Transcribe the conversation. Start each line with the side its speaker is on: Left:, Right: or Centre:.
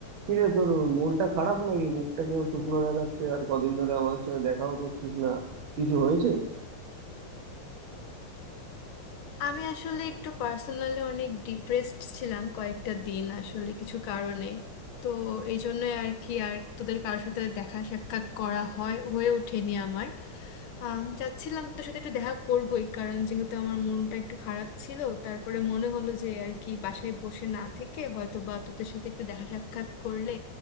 Right: কিরে তোর মনটা খারাপ নাকি মুখটা কেউ শুকনো দেখাচ্ছে আর কদিন ধরে আমাদের সাথে দেখাও করছিস না কিছু হয়েছে
Left: আমি আসলে একটু পার্সোনালি অনেক ডিপ্রেসড ছিলাম কয়েকটা দিন আসলে কিছু কারণে তো এই জন্য আর কি আর তোদের কারোর সাথে দেখা সাক্ষাৎ করা হয় হয়ে ওঠেনি আমার আম, চাচ্ছিলাম তোর সাথে একটু দেখা করবোই কারণ যেহেতু আমার মনটা একটু খারাপ ছিল তারপরে মনে হলো যে আর কি বাসায় বসে না থেকে হয়তো বা তোদের সাথে একটু দেখা সাক্ষাৎ করলে